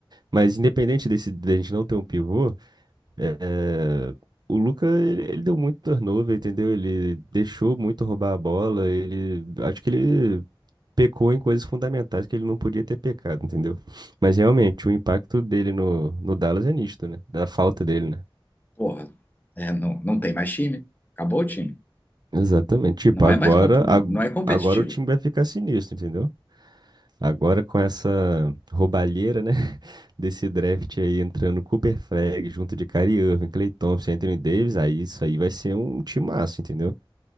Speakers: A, on the right; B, on the left.
A: Mas independente desse, da gente não ter um pivô, é, o Luka, ele, ele deu muito turnover, entendeu? Ele deixou muito roubar a bola, ele, acho que ele pecou em coisas fundamentais que ele não podia ter pecado, entendeu? Mas realmente, o impacto dele no, no Dallas é nítido, né? Da falta dele, né?
B: Porra, é, não, não tem mais time. Acabou o time.
A: Exatamente. Tipo,
B: Não
A: agora,
B: é mais comp-
A: ag-
B: não é competitivo.
A: agora o time vai ficar sinistro, entendeu? Agora com essa roubalheira, né? <laughs> Desse draft aí entrando Cooper Flag junto de Kyrie Irving, Klay Thompson, Anthony Davis, aí isso aí vai ser um timaço, entendeu?